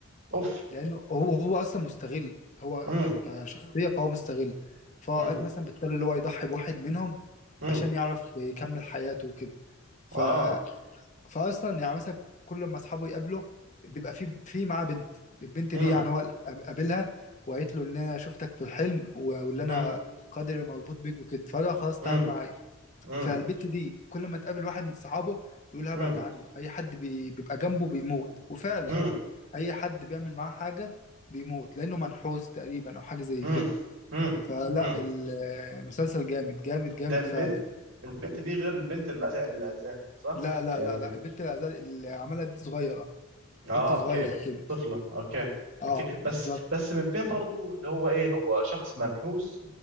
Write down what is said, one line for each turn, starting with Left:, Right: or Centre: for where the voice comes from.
Right: اوف
Left: لانه هو هو اصلا مستغل هو
Right: امم
Left: كشخصيه فهو مستغل فأوقات
Right: امم
Left: مثلا بيضطر اللي هو يضحي بواحد منهم
Right: امم
Left: عشان يعرف يكمل حياته وكده ف
Right: اه
Left: فاصلا يعني مثلا كل ما اصحابه يقابله بيبقى في في معاه بنت البنت
Right: امم
Left: دي يعني هو قابلها وقالت له ان انا شفتك في الحلم و- واللي انا
Right: امم
Left: قدري مربوط بيك وكده فقال لها خلاص تعالي
Right: امم
Left: معايا
Right: امم
Left: فالبنت دي كل ما تقابل واحد من صحابه يقول هبعد
Right: امم
Left: عنه اي حد بي- بيبقى جنبه بيموت وفعلا
Right: امم
Left: اي حد بيعمل معاه حاجه بيموت لانه منحوس تقريبا او حاجه زي
Right: امم
Left: كده
Right: امم
Left: فلا
Right: امم
Left: المسلسل جامد جامد جامد
Right: ده البنت
Left: فعلا
Right: البنت دي غير البنت اللي أذا- اللي اذاها صح
Left: لا لا
Right: يعني
Left: لا لا البنت اللي اللي عملها دي صغيره
Right: اه
Left: بنت صغيره
Right: اوكي
Left: كده
Right: طفلة اوكي
Left: اه
Right: اوكي
Left: بالظبط
Right: بس بس من فين برضو اللي هو ايه هو شخص منحوس